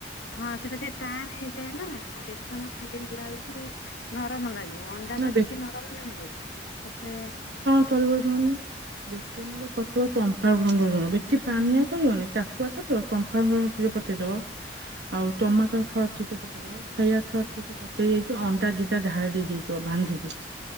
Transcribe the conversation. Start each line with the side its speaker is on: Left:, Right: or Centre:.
Left: ହଁ ସେଟା ଟିକେ ଟାଣ ହେଇଯାଏ ନା ଆଉ ବେସନ ଖାଲି ହେଲା ବେଳକୁ ନରମ ଲାଗିବ ଅଣ୍ଡା
Right: ନା
Left: ଟା
Right: ବେ
Left: ଟିକେ ନରମ ନୁହେଁ କି ତାପରେ
Right: ପରିବା ଦୋଉନି। ବେତନରେ ପତିଥିବା ଚମ୍ପା ବୃ ଜ ବେଠି ପାନିଆ କରିବନି କାଠୁଆ କରିବ ଚମ୍ପା <unintelligible> ଆଉ ଟମାଟର ସସ୍ ଟିକେ ପକେଇ ଦବ ସୋୟା ସସ୍ ଟିକେ ପକଇ ଦେଇ ଅଣ୍ଡା ଦିଟା ଢାଳି ଦେଇଛି।